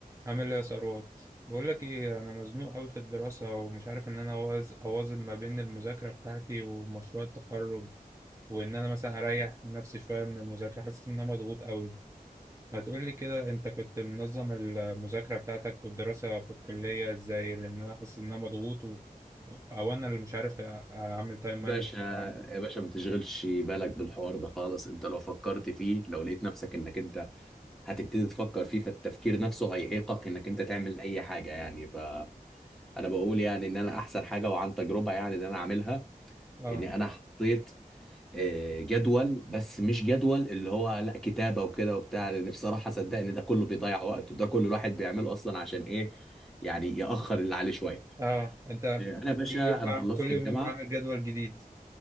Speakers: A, on the right (about 20°); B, in the centre.
A: عامل ايه يا ثروت بقول لك ايه انا مزنوق قوي في الدراسه ومش عارف ان انا أواز- اواظب ما بين المذاكره بتاعتي ومشروع التخرج وان انا مثلا اريح نفسي شويه من المذاكره حاسس ان انا مضغوط قوي ما تقول لي كده انت كنت منظم المذاكره بتاعتك والدراسه في الكليه ازاي لان انا حاسس ان انا مضغوط و... او انا اللي مش عارف أ- اعمل تايم مانجمنت
B: باشا
A: عندي
B: يا باشا ما تشغلش بالك بالحوار ده خالص انت لو فكرت فيه لو لقيت نفسك انك انت هتبتدي تفكر فيه فالتفكير نفسه هيعيقك انك انت تعمل اي حاجة يعني فانا بقول يعني ان انا احسن حاجة وعن تجربة يعني ان انا عاملها
A: اه
B: ان انا حطيت آه، جدول بس مش جدول اللي هو لا كتابة وكده وبتاع لان بصراحة صدقني ده كله بيضيع وقت وده كل الواحد بيعمله اصلا عشان ايه يعني يأخر اللي عليه شوية
A: اه انت
B: انا يا باشا
A: كل يوم
B: انا
A: بعمل
B: خلصت
A: كل
B: الجامعة
A: يومين بعمل جدول جديد